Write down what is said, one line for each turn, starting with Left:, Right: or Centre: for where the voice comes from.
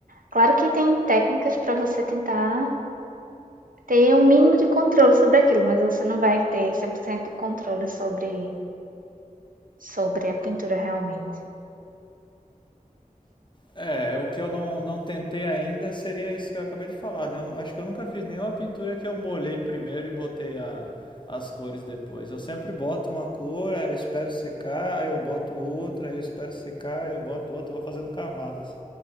Right: Claro que tem técnicas para você tentar ter um mínimo de controle sobre aquilo, mas você não vai ter 100% controle sobre, sobre a pintura realmente.
Left: É, o que eu não, não tentei ainda seria isso que eu acabei de falar, né? Eu não- acho que eu nunca fiz nenhuma pintura que eu molhei primeiro e botei a- as cores depois. Eu sempre boto uma cor, aí eu espero secar, aí eu boto outra, aí eu espero secar, aí eu boto outra, eu vou fazendo camadas.